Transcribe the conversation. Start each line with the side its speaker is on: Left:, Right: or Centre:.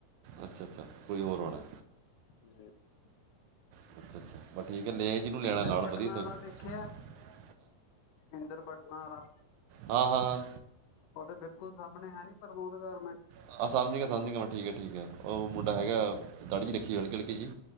Right: ਅੱਛਾ-ਅੱਛਾ ਕੋਈ ਹੋਰ ਹੋਣਾ।
Left: <unintelligible>
Right: ਅੱਛਾ <unintelligible>
Left: ਇੰਦਰ
Right: ਵਧੀਆ
Left: ਪਟਨਾ ਵਾਲਾ ਦੇਖਿਆ
Right: ਤੇ
Left: ਇੰਦਰ ਪਟਨਾ ਵਾਲਾ
Right: ਹਾਂ ਹਾਂ
Left: ਉਹ ਤਾਂ ਬਿਲਕੁਲ ਸਾਹਮਣੇ ਹੈ ਨੀ ਪ੍ਰਮੋਦ ਗਾਰਮੈਂਟ
Right: ਆਹ ਸਮਝਗ ਸਮਝਗਾ ਮੈਂ ਠੀਕ ਹੈ ਠੀਕ ਆ ਉਹ ਮੁੰਡਾ ਹੈਗਾ ਦਾੜੀ ਜਹੀ ਰੱਖੀ ਹਲਕੀ-ਹਲਕੀ ਜੀ।